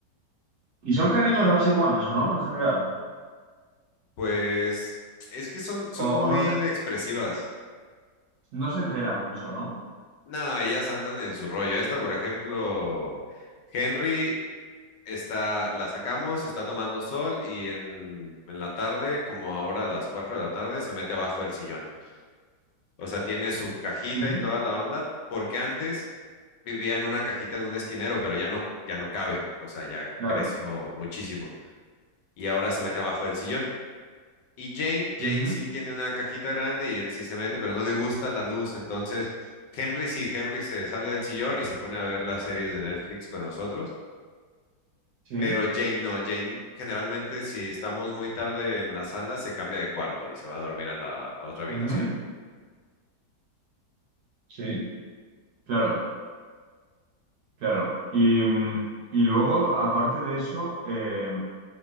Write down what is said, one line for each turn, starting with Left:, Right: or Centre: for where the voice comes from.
Right: ¿Y son cariños las iguanas o no, en general?
Left: Pues es que son, son
Right: O,
Left: muy
Right: o no se,
Left: inexpresivas.
Right: no se enteran mucho, ¿no?
Left: No, ellas andan en su rollo. Esta, por ejemplo, Henry está, la sacamos, está tomando sol y en, en la tarde, como ahora a las 4 de la tarde, se mete abajo del sillón. O sea, tiene su cajita
Right: Ujú,
Left: y toda la onda, porque antes vivía en una cajita en un esquinero, pero ya no, ya no cabe, o sea, ya
Right: Claro.
Left: creció muchísimo y ahora se mete abajo del sillón. Y Jane, Jane
Right: Ujú,
Left: sí tiene una cajita grande y él sí se mete, pero no le gusta la luz, entonces Henry sí, Henry se sale del sillón y se pone a ver las series de Netflix con nosotros
Right: Sí.
Left: Pero Jane no, Jane generalmente si estamos muy tarde en la sala se cambia de cuarto y se va a dormir a la a otra habitación.
Right: ujú, Sí. Claro, claro. Y, mm, y luego, aparte de eso, eh,